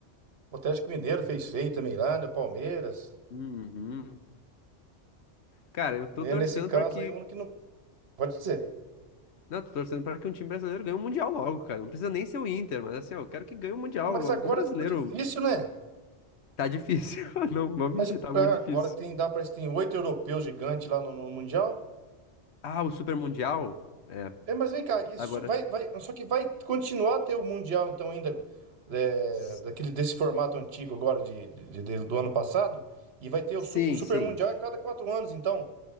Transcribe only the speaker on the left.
Uhum. Cara, eu tô
torcendo
pra que
Não, tô torcendo pra que um time brasileiro ganhe o Mundial logo, cara. Não precisa nem ser o Inter, mas assim, ó, eu quero que ganhe o Mundial.
Algum
brasileiro.
Tá difícil. <laughs> Não, vou mentir,
tá muito
difícil.
Ah, o Super Mundial? É.
Agora.
s-
Sim,
sim.